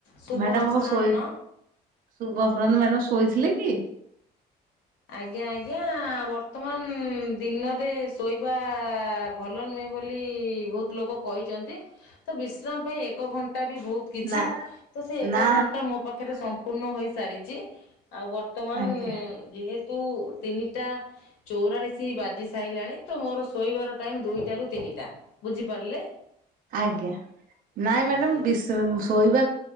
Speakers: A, on the left; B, on the right.
A: ଶୁଭ
B: ମ୍ୟାଡାମ
A: ଅପରାହ୍ନ।
B: କଁ ଶୋଇ ଶୁଭ ଅପରାହ୍ନ ମ୍ୟାଡାମ ଶୋଇଥିଲେ କି?
A: ଆଜ୍ଞା ଆଜ୍ଞା ବର୍ତ୍ତମାନ ଦିନରେ ଶୋଇବା ଭଲ ନୁଏଁ ବୋଲି ବହୁତ ଲୋକ କହିଛନ୍ତି ତ ବିଶ୍ରାମ ପାଇଁ ଏକ ଘଣ୍ଟା ା ବି ବହୁତ କିଛି
B: ନା
A: ତ ସେ ଏକ
B: ନା
A: ଘଣ୍ଟା ମୋ ପାଖରେ ସମ୍ପୂର୍ଣ୍ଣ ହୋଇସାରିଛି ଆଉ ବର୍ତ୍ତମାନ
B: ଆଜ୍ଞା
A: ଯେହେତ ୁ ତିନିଟା ଚଉରାଳିଶ ବାଜି ସାରିଲଣି ତ ମୋର ଶୋଇବାର ଟ ଦଟ ର ବୁଝିପାରିଲେ
B: ଆଜ୍ଞା ନାଇଁ ମ୍ୟାଡ଼ାମ
A: ଆଜ୍ଞା।
B: ଶୋଇବା